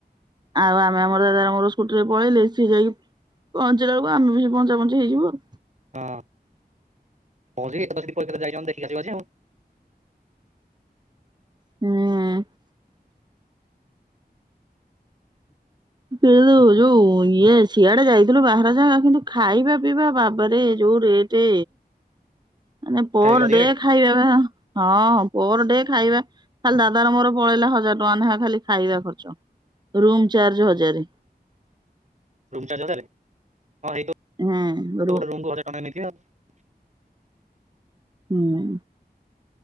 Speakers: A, on the right; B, on the right.
A: ଆଉ ଆମେ ଆମର ଦାଦାର ମୋର ସ୍କୁଟିରେ ପଳେଇଲେ ସିଏ ଯାଇକି ପହଞ୍ଚିଲା ବଳକୁ ଆମେ ବି ସେ ପହଞ୍ଚା ପହଞ୍ଚି ହେଇଯିବୁ ଆଉ
B: ହଁ <unintelligible>
A: ହୁଁ। କିଉ ଯୋଉ ଇଏ ସିଆଡେ ଯାଇଥିଲୁ ବାହାର ଯାଗା କିନ୍ତୁ ଖାଇବା ପିଇବା ବାବାରେ ଯୋଉ ଇ ଏ ଟେ ମାନେ ପୋର
B: ଖାଇବାକୁ ଅଧିକା
A: ଡେ
B: ରେଟ୍
A: ଖାଇବା ପା ହଁ ପର ଡେ ଖାଇବା ଖାଲି ଦାଦାର ମୋର ପଳେଇଲା ହଜାର ଟଙ୍କା ଖାଲି ଖାଇବା ଖର୍ଚ୍ଚ ରୁମ ଚାର୍ଜ ହଯାରେ
B: <unintelligible>
A: ହଁ ରୁ ହୁଁ।